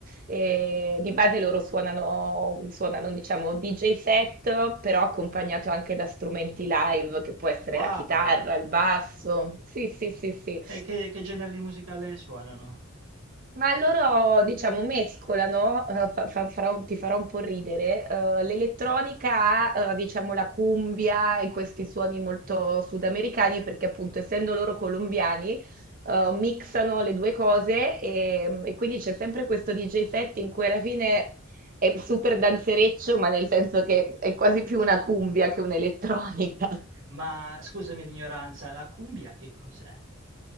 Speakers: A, on the right; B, on the right.
A: E di base loro suonano, suonano, diciamo, DJ set, però accompagnato anche da strumenti live, che può essere
B: Wow!
A: la chitarra, il basso. Sì, sì, sì, sì.
B: E che, che genere di musicale suonano?
A: Ma loro, diciamo, mescolano, eh, fa- fa- farà un- ti farà un po' ridere, eh, l'elettronica, a, eh, diciamo, la cumbia e questi suoni molto sudamericani, perché appunto essendo loro colombiani, eh, mixano le due cose e, e quindi c'è sempre questo DJ set in cui alla fine è super danzereccio, ma nel senso che è quasi più una cumbia che un'elettronica.
B: Ma scusami l'ignoranza, la cumbia che cos'è?